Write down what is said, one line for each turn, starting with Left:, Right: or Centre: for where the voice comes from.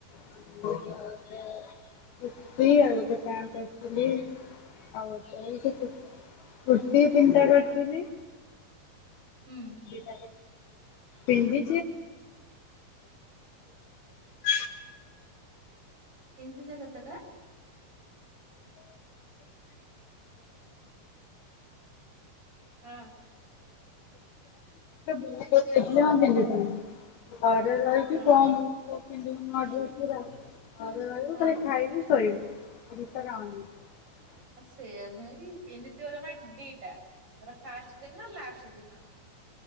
Left: <unintelligible> କୁର୍ତି ଆଉ ଗୋଟେ ପ୍ୟାଣ୍ଟ କରିଥିଲି ହଉ ସେ କୁର୍ତ୍ତୀ ପିନ୍ଟା କରିଥିଲି
Right: ହୁଁ
Left: <unintelligible> ଏବେ <unintelligible>
Right: ପିନ୍ଧିଛ କେତେଟା? ହଁ।
Left: ପିଅନ୍ତିନି କିନ୍ତୁ ଘରେ ରହିକି କଣ <unintelligible>
Right: ଓହୋ
Left: ଘରେ ରହିବୁ ଖାଲି ଖାଇବୁ ଶୋଇବୁ
Right: ହଁ।
Left: ଆଉ କିଛି ତ କାମ ନାହିଁ।
Right: ଆ ସେଇଆା ନୁହେଁ କି ପିନ୍ଧିଥିବ ଜମା ଦିଟା। ସେଇଟା ଫାଷ୍ଟ ଦିନ ଲାଷ୍ଟ ଦିନ।